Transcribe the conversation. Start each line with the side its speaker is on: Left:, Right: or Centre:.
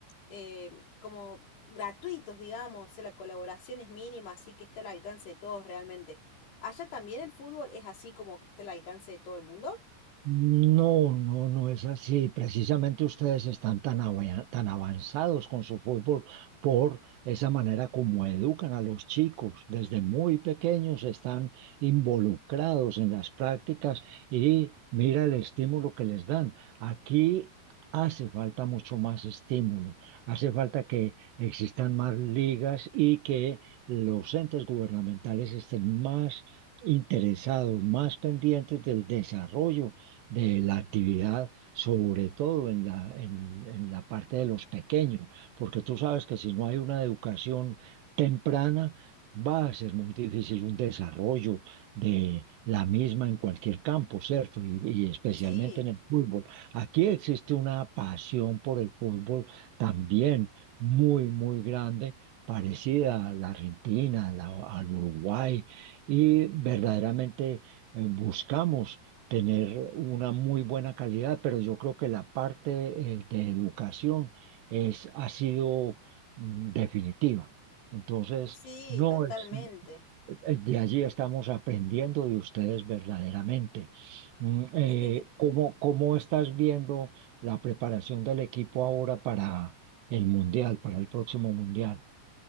Left: eh, como gratuitos, digamos, eh, la colaboración es mínima, así que está al alcance de todos realmente. ¿Allá también el fútbol es así como que está al alcance de todo el mundo?
Right: No, no, no es así. Precisamente ustedes están tan, avea- tan avanzados con su fútbol por esa manera como educan a los chicos. Desde muy pequeños están involucrados en las prácticas y mira el estímulo que les dan. Aquí hace falta mucho más estímulo. Hace falta que existan más ligas y que los entes gubernamentales estén más interesados, más pendientes del desarrollo de la actividad, sobre todo en la, en, en la parte de los pequeños, porque tú sabes que si no hay una educación temprana, va a ser muy difícil un desarrollo de la misma en cualquier campo, ¿cierto? Y, y especialmente
Left: Sí,
Right: en el fútbol. Aquí existe una pasión por el fútbol también muy, muy grande. parecida a la Argentina, a la- al Uruguay, y verdaderamente eh, buscamos tener una muy buena calidad, pero yo creo que la parte eh, de educación es, ha sido mm, definitiva. Entonces,
Left: sí,
Right: no,
Left: totalmente.
Right: es- es de allí estamos aprendiendo de ustedes verdaderamente. Mm, eh,
Left: <laughs>
Right: ¿cómo, cómo estás viendo la preparación del equipo ahora para el Mundial, para el próximo Mundial?